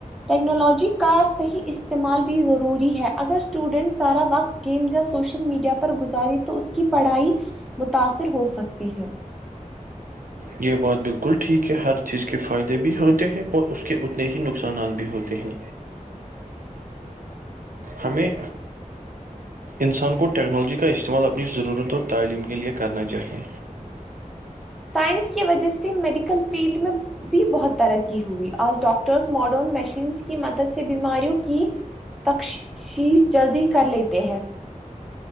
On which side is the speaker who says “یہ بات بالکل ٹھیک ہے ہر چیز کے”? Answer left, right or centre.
Right